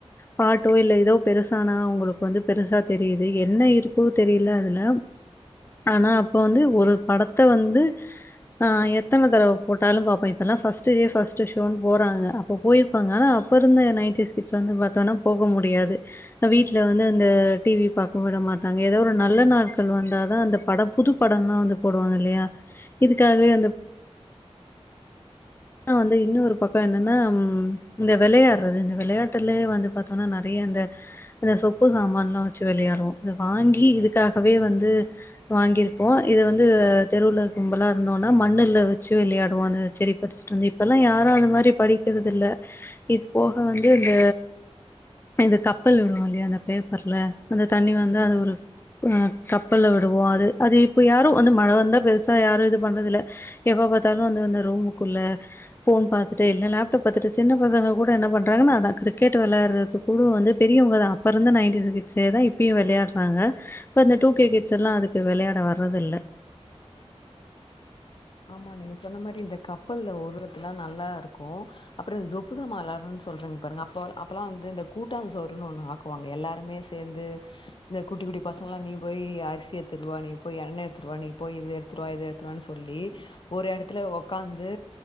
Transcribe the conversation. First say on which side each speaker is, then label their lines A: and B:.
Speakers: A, on the left; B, on the left.
A: பாட்டோ இல்ல ஏதோ பெருசானா உங்களுக்கு வந்து பெருசா தெரியுது என்ன யூ டுப்போ தெரியல அதுல ஆனா அப்ப வந்து ஒரு படத்த வந்து ஆ எத்தன தடவ போட்டாலு பா்பே இப்பல்லா ஃபஸ்ட் டே பர்ஸ்ட் ஷோண்ணு போறாங்க இப்ப போயிருப்பாங்க ஆனா அப்ப இருந்த நையண்டிஸ் வந்து பாத்தம்னா போக முடியாது வீட் ல வந்து அந்த டிவி பாக்க விட மாட் டாங்க ஏதோ ஒரு நல்ல நாட்கள் வந்தாதா அந்த படம் புது படம்ல்லா வந்து போடுவாங்க இல்லையா இதுக்காகவே வந்து வந்து இன்னொரு பக்கம் என்னன்னா இந்த வெள்ளையார் <unintelligible> இந்த விளையாட்டுலயே வந்து பாத்தோனா நெறைய இந்த அந்த சொப்பு சாமான்ல்லா வச்சு விளையாடுவோ இத வாங்கி இதுக்காகவே வந்து வாங்கியிருப்போ இத வந்து தெருவுல கும்பலா இருந்தோன்னா மண்ணுல வச்சு விளையாடுவோ அந்த செடி படிச்சுட்டு வந்து இப்பல்லா யாரும் அந்த மாரி படிக்கிறதில்ல இது போக வந்து இந்த இது கப்பல் விடுவோ இல்லையா அந்த பேப்பர்ல அந்த தண்ணி வந்து அது ஒரு ஆ கப்பல்ல விடுவோம் அது அது இப்ப யாரும் வந்து மழை வந்தா பெருசா யாரும் இது பண்றதில்ல எப்ப பாத்தாலும் வந்து வந்த ரூமுக்குள்ள போன் பாத்துுட்டு இல்ல லேப்டாப் பாத்துட்டு சின்ன பசங்க கூட என்ன பண்றாங்கன்னா அதா கிரிக்கெட் விளையாடுறது <unintelligible> வந்து பெரியவங்க தா அப்பருந்து நைன்டிஸ் கிட்ஸே தான் இப்பயும் விளையாடுறாங்க இப்ப இந்த டூ கே கிட்ஸ்ல்லா அதுக்கு விளையாட வர்றதில்ல
B: ஆமா நீங்க சொன்ன மாரி இந்த கப்பல்ல ஓரத்துள்ள நல்லாருக்கு அப்ரோ சொப்பு சமா விளையாடுறோ சொல்றிங்க பாரு அப்ப அப்பல்லாம வந்து இந்த கூட்டா சோறுன்னு ஒண்ணு ஆக் குவாங்க எல்லோருமே சேந்து இந்த குட்டி குட்டி பசங்கல்லா நீ போய் அரிசி ஏடுத்துடுவா நீ போய் எண்ணெய்எடுத்துடுவா நீ போய்து இது எடுத்துடுவா இது எடு த்துட்டு வானு சொல்லி ஒரு எடத்துல உக்காந்து